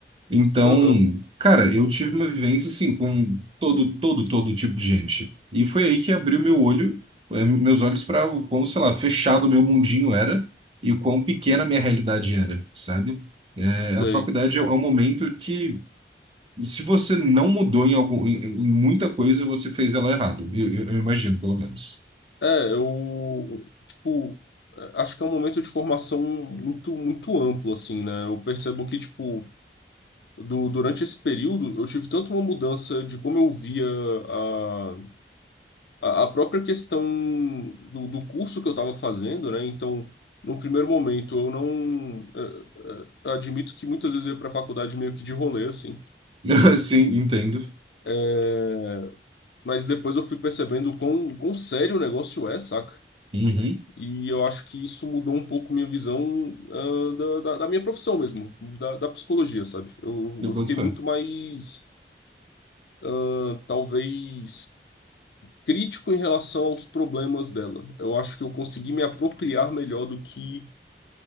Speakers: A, on the right; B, on the left.
A: Então,
B: Aham,
A: cara, eu tive uma vivência, assim, com todo, todo, todo tipo de gente. E foi aí que abriu meu olho, eh, meus olhos para o quão, sei lá, fechado meu mundinho era e o quão pequena a minha realidade era, sabe? Eh,
B: sei.
A: a faculdade é é um momento que se você não mudou em, algum, em, em muita coisa, você fez ela errado. Eu, eu- eu imagino, pelo menos.
B: É, eu tipo eh, acho que é um momento de formação muito muito amplo assim, né? Eu percebo que tipo do- durante esse período, eu tive tanto uma mudança de como eu via a, a a própria questão do, do curso que eu estava fazendo, né? Então, num primeiro momento, eu não. eh, eh, admito que muitas vezes eu ia para a faculdade meio que de rolê, assim.
A: <laughs> Sim, entendo.
B: Eh, mas depois eu fui percebendo o quão, quão sério o negócio é, saca?
A: Uhum.
B: E eu acho que isso mudou um pouco minha visão, ah, da, da, da minha profissão mesmo, da, da psicologia, sabe? Eu,
A: Eu
B: eu
A: boto
B: fiquei
A: fé.
B: muito mais ah, talvez crítico em relação aos problemas dela. Eu acho que eu consegui me apropriar melhor do que